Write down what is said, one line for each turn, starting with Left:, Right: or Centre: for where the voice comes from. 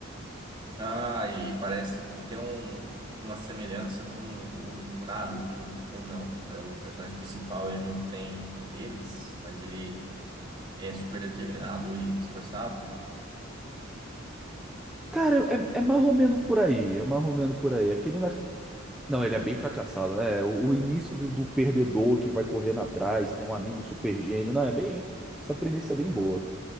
Right: Ah, e parece que tem um, uma semelhança com o Naruto, ou não. É, o personagem principal, ele não tem poderes, mas ele É super determinado e esforçado?
Centre: Cara, é, é marromeno por aí, é marromeno por aí. Aquele na... Não, ele é bem fracassado, né? O, o início do, do perdedor que vai correndo atrás, tem um amigo super gênio. Não, é bem. Essa premissa é bem boa.